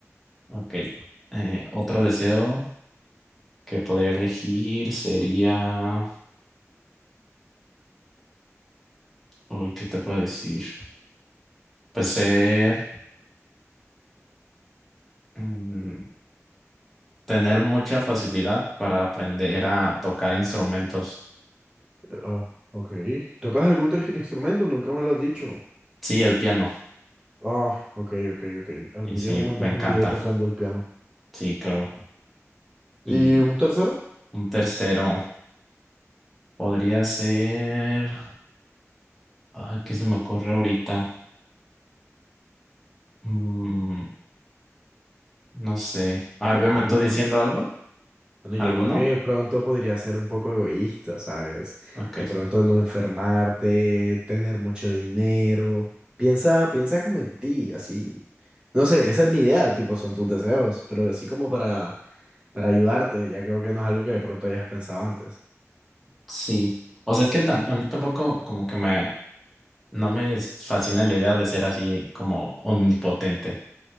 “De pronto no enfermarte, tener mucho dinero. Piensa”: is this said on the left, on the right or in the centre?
Right